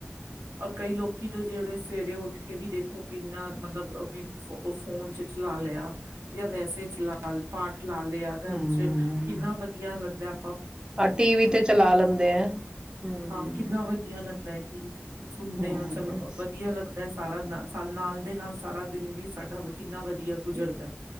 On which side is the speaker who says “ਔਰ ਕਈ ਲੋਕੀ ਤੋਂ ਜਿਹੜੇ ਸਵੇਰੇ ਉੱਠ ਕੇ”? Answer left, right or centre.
Right